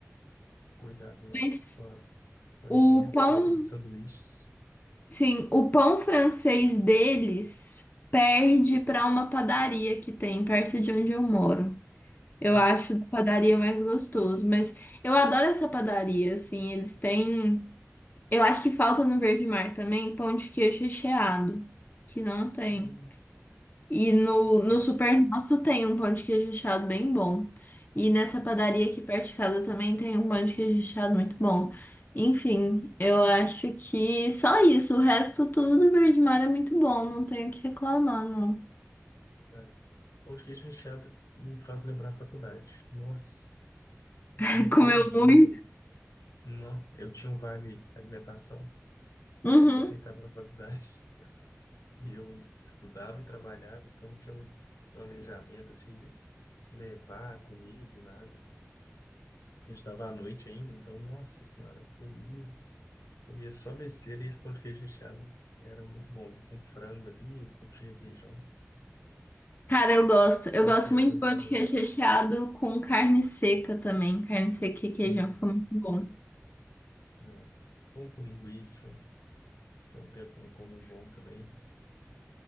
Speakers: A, on the left (about 85°); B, on the left (about 35°).
A: cuidado lá
B: mas
A: com, a, com alimentos,
B: o pão,
A: tudo aqueles sanduíches,
B: sim, o pão francês deles perde para uma padaria que tem perto de onde eu moro. Eu
A: né?
B: acho da padaria mais gostoso, mas eu adoro essa padaria, assim, eles têm Eu acho que falta no Verde Mar também pão de queijo recheado, que não tem.
A: Hum,
B: E no, no
A: É,
B: Super Nosso tem um pão de queijo recheado bem bom. E nessa padaria aqui perto de casa também tem um pão de queijo recheado muito bom. Enfim, eu acho que só isso. O resto tudo do Verde Mar é muito bom, não tenho o que reclamar, não.
A: sério. Pão de queijo recheado me faz lembrar a faculdade. Nossa, eu
B: <laughs>
A: comi
B: Comeu
A: todo dia.
B: muito.
A: Não, eu tinha um vale alimentação e
B: Uhum.
A: aí aceitava na faculdade. E eu estudava e trabalhava, então não tinha um planejamento assim de levar comida, e nada. Eu estudava à noite ainda, então, nossa senhora, comi Comia só besteira e esse pão de queijo recheado era muito bom. Com frango ali, um pouco de requeijão.
B: Cara, eu gosto. Eu
A: Tem
B: gosto
A: tempo
B: muito
A: que eu
B: de
A: não
B: pão
A: como
B: de queijo
A: um bom.
B: recheado com carne seca também. Carne seca e queijão
A: Uhum,
B: fica muito bom.
A: né? Pão com linguiça, tem tempo que eu não como um bom também.